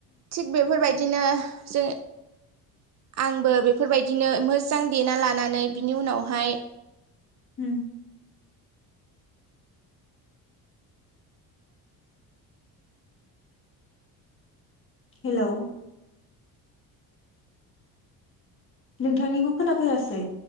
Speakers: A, on the right (about 45°); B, on the left (about 35°).
A: थिग बेफोरबायदिनो जों आंबो बेफोरबायदिनो मोजां देना लानानै बिनि उनावहाय
B: उम हेलौ, नोंथांनिखौ खोनाफैयासै